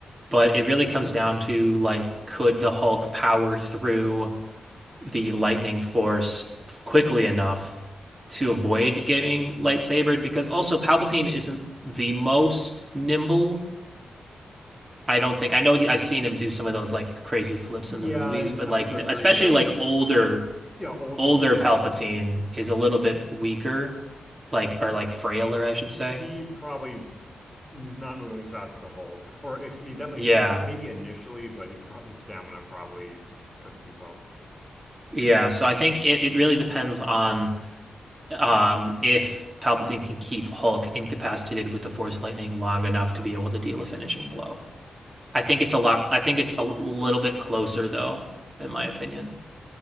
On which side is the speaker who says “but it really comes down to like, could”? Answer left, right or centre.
Right